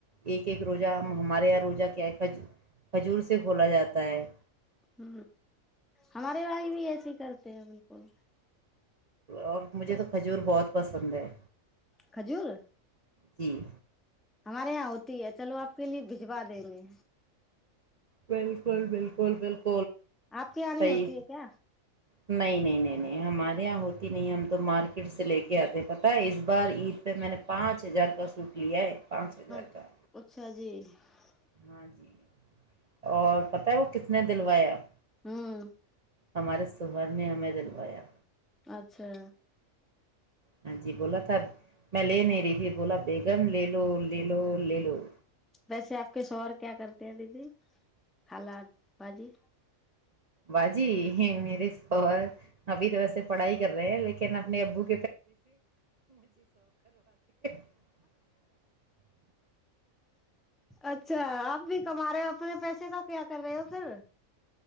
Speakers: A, on the right; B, in the centre.
A: ایک ایک روزہ ہمارے یہاں روزہ کیا ہے کھجور سے کھولا جاتا ہے
B: ہ ہمارے والائی بھی ایسے ہی کرتے ہیں بالکل
A: اور مجھے تو کھجور بہت پسند ہے
B: کھجور
A: جی
B: ہمارے یہاں ہو تی ہے چلو آپ کے لیے بھجوا دیں گے
A: بالکل بالکل بالکل
B: آپ کے یہاں نہیں
A: صحیح
B: ہوتی ہے کیا
A: نہیں نہیں نہیں نہیں ہمارے یہاں ہوتی نہیں ہم تو مارکیٹ سے لے کے آتے ہیں پتہ ہے اس بار عید پہ میں نے پانچ ہزار کا سوٹ لیا ہے پانچ
B: <inaudible>
A: ہزار کا
B: <inaudible>
A: ہاں جی اور پت ہے وہ کتنے دلویاپ
B: ہوں
A: ہمارے تو ہر نے ہمیں دلوایا
B: اچھا
A: ہاں جی بولا تھا میں لے نہیں رہی تھی بولا بیگم لے لو لےو مے لوگ
B: ویسے آپ کے شوور کیا کرتے ہیں دیدی خالا بجی
A: باجی میرے س ابھی تو ویسے پڑھائی کر رہے ہیں لیکن اپنے ابو <inaudible> <inaudible>
B: اچھا آپ بھی کما رہے ہو اپنے پیسے کا کیا کر رہے ہو پھر